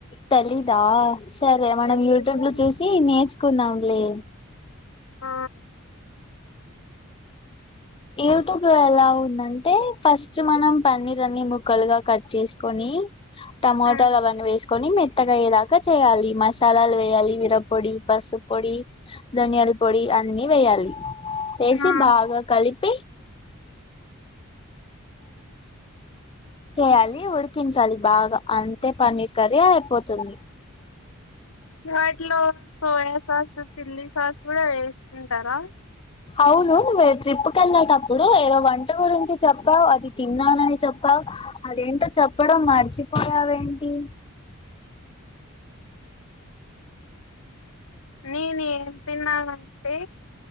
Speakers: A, on the left; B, on the left.
A: తెలిదా సరే మనం
B: తెలీదు
A: యూట్యూబ్ లో చూసి నేచ కున్నాంలే
B: ఆ
A: యూట్యూబ్ లో ఎలా ఉందంటే ఫస్ట్ మనం పన్నర్ అన్ని ముక్కలుగా కట్ చేసుకొని టమాోటా
B: ఆ
A: వన్ వేస్ కొని మెత్తగాయే దాకా చేయాలి మసాలాలు వేయాలి మరపొడి పసుపు పొడి ధనియాల పొడి అన్ని వేయాలి వేసి
B: ఆ
A: బాగా కలిపి చేయాలి ఉడికించాలి బాగా అంతే పన్నీర్ కర్రీ అయిపోతుంది
B: వాటిలో సోయా సాస్ చిల్లీ సాస్ కూడా వేసుకుంటారా
A: అవును ట్రిప్పుకెల్లేటప్పుడు ఏదో వంట గురించి చెప్పావు అది తిన్నానని చెప్పావు అదేంటో చెప్పడం మర్చిపోయావేంటి
B: నేనేమ్ తిన్నానంటే